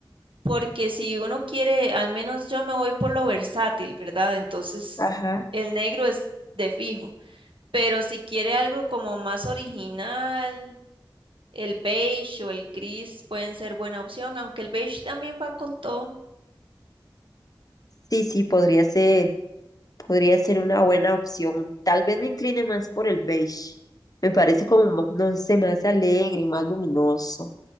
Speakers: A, on the right; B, on the left.
A: porque si uno quiere, al menos yo me voy por lo versátil, ¿verdad? Entonces,
B: Ajá.
A: el negro es de fijo. Pero si quiere algo como más original, el beige o el gris pueden ser buena opción, aunque el beige también va con todo.
B: Sí, sí, podría ser, podría ser una buena opción. Tal vez me incline más por el beige. Me parece como, ma- no sé, más alegre, más luminoso.